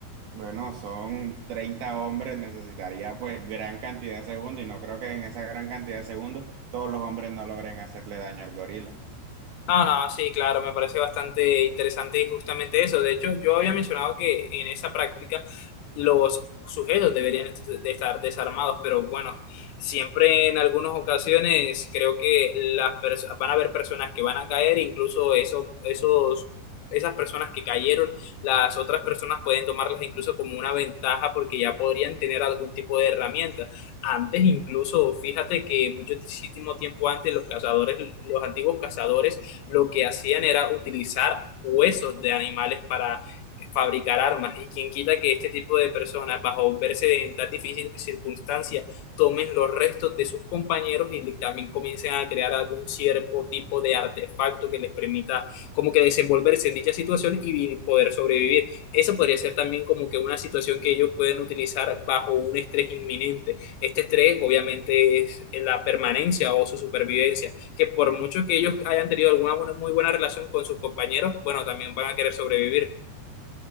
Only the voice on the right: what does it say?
Bueno, son 30 hombres, necesitaría pues gran cantidad de segundos y no creo que en esa gran cantidad de segundos todos los hombres no logren hacerle daño al gorila.